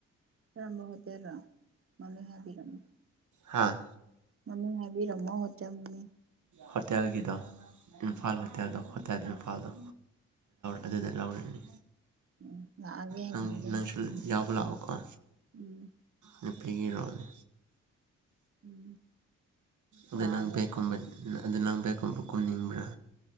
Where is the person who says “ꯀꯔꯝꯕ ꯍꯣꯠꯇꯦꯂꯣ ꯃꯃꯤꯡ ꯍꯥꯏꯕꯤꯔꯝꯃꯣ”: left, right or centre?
Right